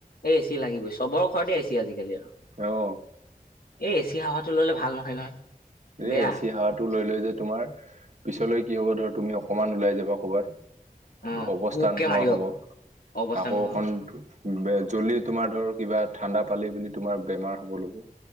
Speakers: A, on the left; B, on the right.
A: এই এচি লাগিবই, চবৰ ঘৰতে এচি আজিকালি আৰু।
B: অ
A: এই এ চি হাৱাটো ল'লে ভাল নহয় নহয়।
B: এই
A: বেয়া
B: এচি হোৱাটো লৈ লৈ যে তোমাৰ পিছলৈ কি হব ধৰ তুমি অকমান ওলাই যাবা কৰবাত।
A: অ
B: অৱস্থা
A: হুকে
B: নোহোৱা
A: মাৰিব
B: হব
A: অৱস্থা
B: আকৌ
A: নোহোৱা
B: অকন
A: হ'ব
B: জ্ব্লি তোমাৰ ধৰ কিবা ঠাণ্ডা পালে বুলি তোমাৰ বেমাৰ হ'ব লব।